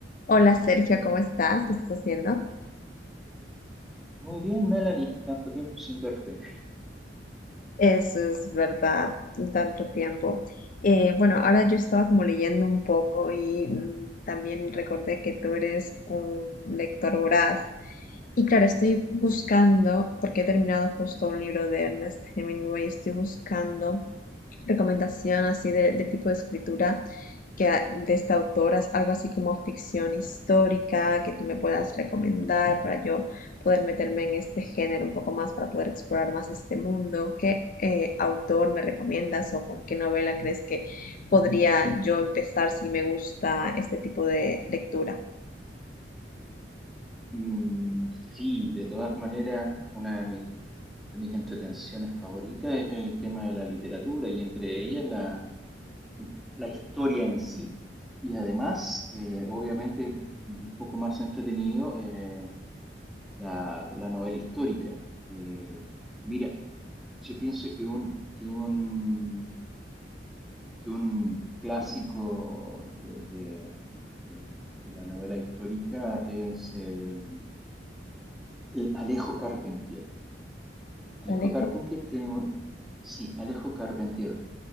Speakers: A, on the left; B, in the centre.
A: Hola Sergio, ¿cómo estás? ¿Qué estás haciendo?
B: Muy bien, Melanie, tanto tiempo sin verte.
A: Eso es verdad, tanto tiempo. Eh, bueno, ahora yo estaba como leyendo un poco y mm, también recordé que tú eres un lector voraz. Y claro, estoy buscando, porque he terminado justo un libro de Ernest Hemingway, estoy buscando recomendación así de, de tipo de escritura que a- de esta autora, algo así como ficción histórica que tú me puedas recomendar para yo poder meterme en este género un poco más, para poder explorar más este mundo? ¿Qué eh, autor me recomiendas o con qué novela crees que podría yo empezar si me gusta este tipo de lectura?
B: Mm, sí, de todas maneras, una de mis, de mis entretenciones favoritas es el tema de la literatura y entre ellas la, la historia en sí. Y además, eh, obviamente, un poco más entretenido, eh, la, la novela histórica. Eh, mira, yo pienso que un, que un, que un clásico de, de- del- de la novela histórica es el... L- Alejo Carpentier. Alejo
A: Alejo,
B: Carpentier tiene un... Sí, Alejo Carpentier